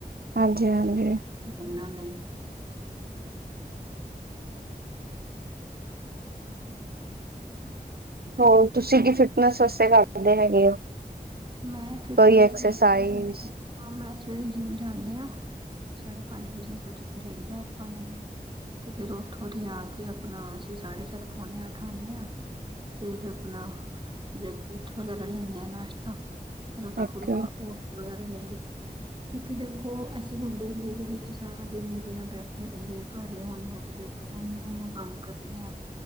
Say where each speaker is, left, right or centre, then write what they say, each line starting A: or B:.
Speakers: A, on the right; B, on the right.
A: ਹਾਂਜੀ-ਹਾਂਜੀ।
B: ਵਰਨਾ ਨਈ।
A: ਹੋਰ ਤੁਸੀਂ ਕੀ ਫਿਟਨੈਸ ਵਾਸਤੇ ਕਰ ਦਿਂਦੇ ਹੈਗੇ ਹੋ?
B: ਮੈਂ ਫਿਟਨਸ
A: ਕੋਈ ਐਕਸਰਸਾਈਜ਼
B: ਲਈ <unintelligible> ਹਾ ਮੈਂ ਸਵੇਰੇ ਜਿੰਮ ਜਾਂਨੀ ਆ, ਸਾਢੇ ਪੰਜ ਵਜੇ ਜਿਮ ਜਾਈ ਦਾ ਆਪਾ ਨੇ ਤੇ ਫੇਰ ਉੱਥੋਂ ਦੀ ਆ ਕੇ ਅਪਣਾ, ਅਸੀਂ ਸਾਢੇ-ਸੱਤ, ਪੋਣੇ-ਆੱਠ ਆਨੇ ਆ ਫਿਰ ਆਪਣਾ ਬ੍ਰੇਕਫਾਸਟ ਵਗੈਰਾ ਲੈਂਨੇ ਆਂ ਨਾਸ਼ਤਾ ਹਲਕਾ-ਫੁਲਕਾ
A: ਓਕੇ-ਓਕੇ
B: ਓ ਵਗੈਰਾ ਲ ਲੀ ਕਿਉਂਕਿ ਦੇਖੋ ਅਸੀਂ ਹੁਨ ਡੇਲੀ ਦੇ ਵਿੱਚ ਸਾਰਾ ਦਿਨ ਜਿਵੇਂ ਬੈਠੇ ਰਹੀਏ ਘਰੇ ਹੁੰਨੇ ਆ ਤੇ ਰੈਣੇ ਯਾ ਕੰਮ ਕਰਨੇ ਆ।